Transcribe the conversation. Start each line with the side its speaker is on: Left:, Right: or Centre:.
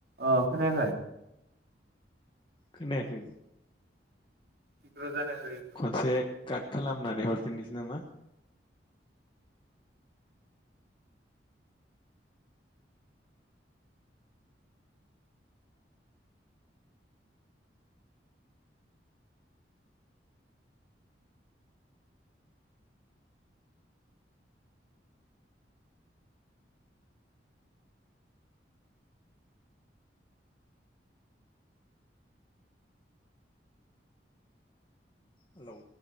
Right: अ खोनायाखै
Left: खोनायाखै
Right: इग्र' जानो हो इग्र'
Left: खनसे काट खालामनानै हरफिननोसै नामा हेलौ